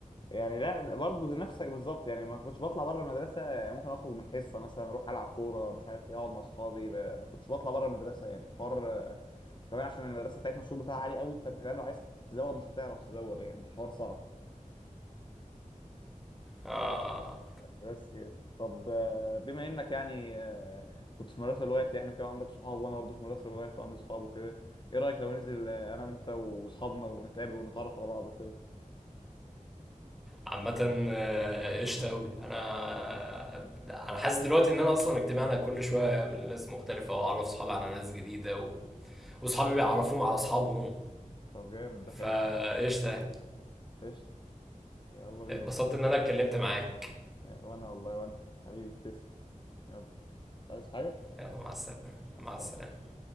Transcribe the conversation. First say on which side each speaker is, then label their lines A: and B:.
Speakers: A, on the left; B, in the centre.
A: يعني لا برضه زي نفسك بالظبط يعني ما كنتش بطلع بره المدرسه يعني ممكن اخرج من حصه مثلا اروح العب كوره مش عارف ايه اقعد مع اصحابي ب- ما كنتش بطلع بره المدرسه يعني الحوار آه، كمان عشان المدرسه بتاعتنا السور بتاعها عالي قوي فانت كمان لو عايز تزوغ مش هتعرف تزوغ يعني الحوار صعب
B: آه
A: بس كده طب آه، بما انك يعني آه، كنت في مدرسه لغات يعني وكده عندك صحاب وانا برضه في مدرسه لغات وعندي صحاب وكده ايه رايك لو ننزل آه، انا وانت واصحابنا ونتقابل ونتعرف على بعض وكده
B: عامة آه، قشطة أوي أنا آه، أنا حاسس دلوقتي إن أنا أصلا اجتماعنا كل شوية أقابل ناس مختلفة وأعرف صحابي على ناس جديدة و... واصحابي بيعرفوهم على اصحابهم
A: طب جامد ده حلو
B: فقشطه
A: قشطة يلا بينا
B: اتبسطت ان انا اتكلمت معاك
A: يا- وانا والله وانا حبيبي تسلم يلا عايز حاجة
B: يلا مع السلامه
A: مع
B: مع
A: السلامة
B: السلامه